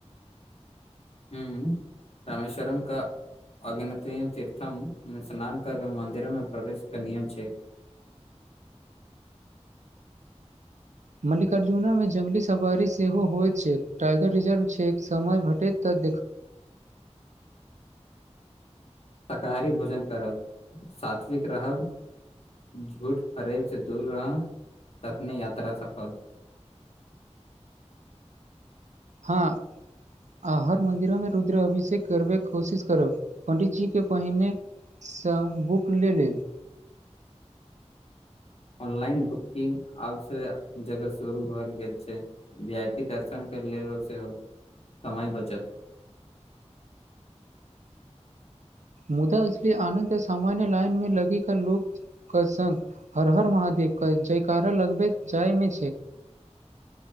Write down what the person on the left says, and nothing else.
हूँ रमेश्वरम का अगिनति तीर्थम मे स्नान कर के मंन्दिरो मे प्रवेश के नियम छै
शाकाहारी भोजन करब सात्विक रहब झूठ फरेब स दूर रहब तखने यात्रा सफल
ऑनलाइन बुकिंग आब सब जगह शुरू भऽ गेल छै वी आइ पी दर्शन कर लेलो सेहो समय बचत